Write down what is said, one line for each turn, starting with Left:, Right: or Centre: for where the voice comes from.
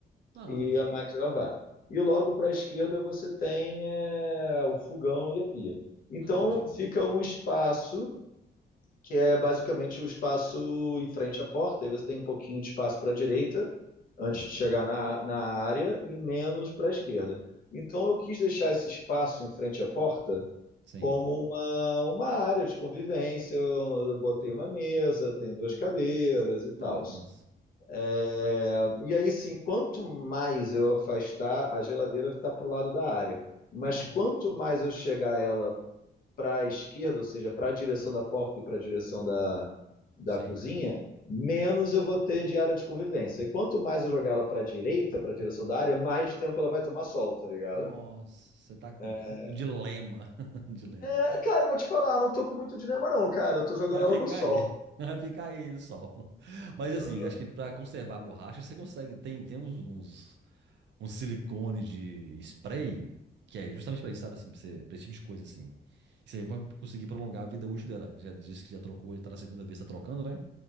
Right: Ah.
Left: e a máquina de lavar. E logo para a esquerda você tem é, o fogão e a pia. Então
Right: Ah, entendi.
Left: fica um espaço, que é basicamente o espaço em frente à porta, aí você tem um pouquinho de espaço para a direita, antes
Right: Pode
Left: de
Right: crer.
Left: chegar na, na área, e menos para a esquerda. Então eu quis deixar esse espaço em frente à porta
Right: Sim.
Left: como uma, uma área de convivência. Eu botei uma mesa, tem duas cadeiras e tal.
Right: Não, que massa.
Left: É, E aí, sim, quanto mais eu afastar, a geladeira está para o lado da área. Mas
Right: Não.
Left: quanto mais eu chegar ela para a esquerda, ou seja, para a direção da porta e para a direção da, da
Right: Sim.
Left: cozinha, menos eu vou ter de área de convivência. E quanto mais eu jogar ela para a direita, para a direção da área, mais tempo ela vai tomar sol, tá ligado?
Right: Nossa, você tá com
Left: É,
Right: <laughs> um dilema. <laughs> Um dilema.
Left: É, cara, vou te falar, não tô com muito dinema não, cara. Eu tô jogando
Right: Vai
Left: ela
Right: ficar
Left: no sol.
Right: aí. <laughs> Vai ficar aí no sol. Mas assim,
Left: Tô jo-
Right: acho que pra conservar a borracha, você consegue. Tem, tem uns, uns, uns silicone de spray, que é justamente pra isso, sabe assim, pra, você, pra esse tipo de coisa assim. Você vai conseguir prolongar a vida útil dela. Você Já disse que já trocou, já tá na segunda vez, tá trocando, né?